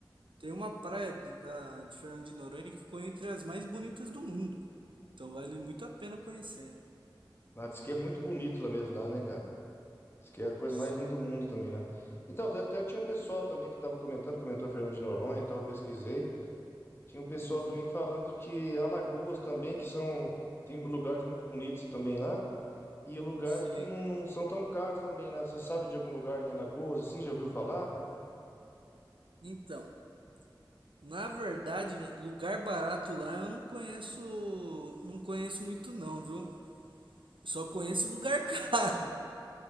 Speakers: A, on the right; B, on the left.
A: tem uma praia de da- de Fernando de Noronha que ficou entre as mais bonitas do mundo. Então vale muito a pena conhecer.
B: Ah, diz que é muito bonito lá mesmo, lá, né, cara? Diz que é a coisa
A: Sim.
B: mais linda do mundo também lá. Então, até até tinha um pessoal também que tava comentando, comentou Fernando de Noronha e tal, eu pesquisei. Tinha um pessoal
A: Uhum.
B: também falando que Alagoas também, que são, tem lugares muito bonitos também lá, e lugares
A: Sim.
B: que não, não são tão caros também lá. Você sabe de algum lugar em Alagoas, assim, já ouviu falar?
A: Então, Na verdade, lugar barato lá eu não conheço, não conheço muito não, viu? Eu só conheço lugar caro. <laughs>